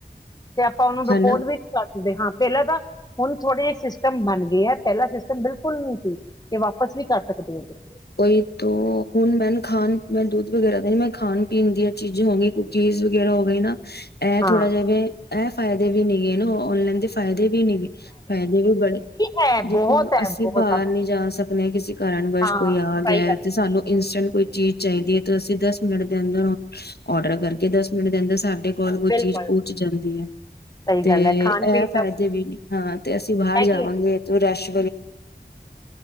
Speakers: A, on the left; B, on the left.
A: ਤੇ ਆਪਾਂ ਉਹਨੂੰ ਰੁ
B: ਹਨਾ
A: ਕਰ ਸਕਦੇ, ਹਾਂ ਪਹਿਲਾਂ ਤਾਂ ਹੁਣ ਥੋੜੇ ਜਿਹੇ ਸਿਸਟਮ ਬਣ ਗੇ ਐ ਪਹਿਲਾਂ ਸਿਸਟਮ ਬਿਲਕੁਲ ਨੀ ਸੀ ਕਿ ਵਾਪਸ ਵੀ ਕਰ ਸਕਦੇ ਔ ਤੁਸੀਂ।
B: ਔਈ ਤੋ ਹੁਣ ਮੈਂਨੂੰ ਖਾਣ, ਮੈਂਨ ਦੁੱਧ ਵਗੈਰਾ ਦਾ ਨੀ ਮੈਂ ਖਾਣ ਪੀਣ ਦੀਆਂ ਚੀਜ਼ਾਂ ਹੋ ਗਈ, ਕੂਕੀਜ਼ ਵਗੈਰਾ ਹੋ ਗਏ ਨਾ ਇਹ
A: ਹਾਂ
B: ਥੋੜਾ ਜਾ ਵੇ ਇਹ ਫਾਇਦੇ ਵੀ ਨੀਗੇ ਨਾ ਔਨਲਾਈਨ ਦੇ ਫਾਇਦੇ ਵੀ ਨੀਗੇ, ਫਾਇਦੇ ਵੀ ਬੜੇ,
A: ਹੈ
B: ਜੇ
A: ਬਹੁਤ
B: <unintelligible>
A: ਹੈ
B: ਅਸੀਂ
A: ਬਹੁਤ
B: ਬਾਹਰ
A: ਜ਼ਿਆਦਾ
B: ਨੀ ਜਾ ਸਕ ਨਈ ਕਿਸੀ ਕਾਰਨਵਸ਼
A: ਹਾਂ
B: ਕੋਈ ਆ ਗਿਆ
A: ਸਹੀ ਗੱਲ
B: ਤੇ, ਸਾਨੂੰ ਇੰਸਟੈਂਟ ਕੋਈ ਚੀਜ਼ ਚਾਹੀਦੀ ਹੈ, ਤਾਂ ਅਸੀਂ ਦਸ ਮਿੰਟ ਦੇ ਅੰਦਰ ਔਡਰ ਕਰਕੇ ਦਸ ਮਿੰਟ ਦੇ ਅੰਦਰ ਸਾਡੇ, ਕੋਲ
A: ਬਿਲਕੁਲ
B: ਚੀਜ਼ ਪੰਹੁਚ ਜਾਂਦੀ ਹੈ,
A: ਸਹੀ
B: ਤੇ
A: ਗੱਲ ਹੈ ਖਾਣ
B: ਇਹ
A: ਪੀਣ
B: ਫਾਇਦੇ
A: ਦਾ
B: ਵੀ, ਹਾਂ ਤੇ ਅਸੀਂ ਬਾਹਰ
A: ਹੈਗੇ
B: ਜਾਵਾਂਗੇ ਤੇ ਰੈਸ਼